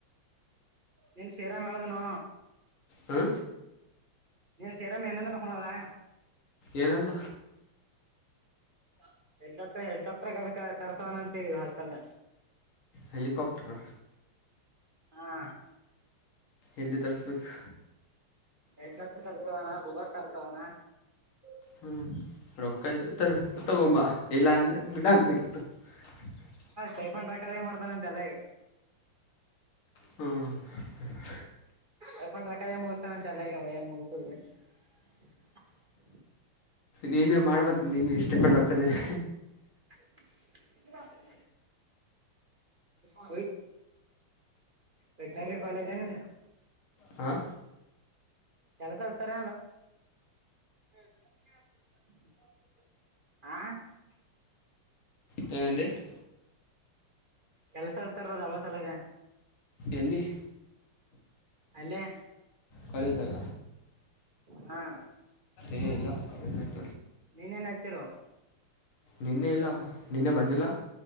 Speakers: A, on the right; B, on the left.
A: ನೆನ್ನೆ ಶೀರಾಮ ಹೇಳಿದ್ನೋ
B: ಹಾ
A: ನೀನು ಸೇರಾಮ <unintelligible> ಎನಂದನ ಕೊನದಾ
B: ಏನೆಂದ
A: <unintelligible> ಹೆಲಿಕಾಪ್ಟರ್ ತರ್ಸೋವಣಂತ ಅಷ್ಟಲ್ಲ
B: ಹಲಿಕೊಪ್ಟರ್
A: ಹಾ
B: ಎಲ್ಲಿ ತರಿಸ್ಬೇಕು
A: ಎ ತರ್ತವಾನ ಬುಗಾರ್ ತರ್ತವಾನ <unintelligible>
B: ಹ್ಮ್ ರೊಕ್ಕ ಇದ್ರೆ ತ ತಗೊಂಬ ಇಲ್ಲ ಅಂದ್ರೆ ಬಿಡ ಅಂತಬೇಕಿತ್ತು <unintelligible>
A: ತೈಫಂಡ ರಕ್ಕದ ಮಾಡ್ತಾನ ತಲೆಗೆ <unintelligible>
B: ಹ್ಮ <inaudible>
A: ಹಪ ರಕ ಎ ಮೌಸ್ತಾನ ಚಲ್ಲನ್ ಮಸೂರು <unintelligible>
B: ನೀನು ಮಾಡ್ಬ ನೀನು ಇಷ್ಟಪಂಡ್ ಹಕ್ಕದ <inaudible>
A: ಹ <unintelligible> ವ ವೆಟನರಿ <unintelligible> ಕಾಲೇಜ ನಂದ
B: ಹಾಂ
A: ಕೆಲಸತಾರ <unintelligible> ಆಾ <unintelligible>
B: ವಿನಂತಿ <unintelligible>
A: ಕಲ್ಸಕ್ಕತ್ತಾರೆ ಅದು ಸಲುವಾಗಿ <unintelligible>
B: ಎಲ್ಲಿ
A: ಅಲ್ಲೇ
B: ಕಾಲೇಜ್ದಾಗ
A: ಹಾ <inaudible>
B: ಏ ಇಲ್ಲ <unintelligible>
A: ನೀವೆಲ್ಲಿ ಹಚ್ಚಿರಿ <unintelligible>
B: ನಿನ್ನೆ ಇಲ್ಲ ಅಪ ನಿನ್ನೆ ಬಂದಿಲ್ಲ <inaudible>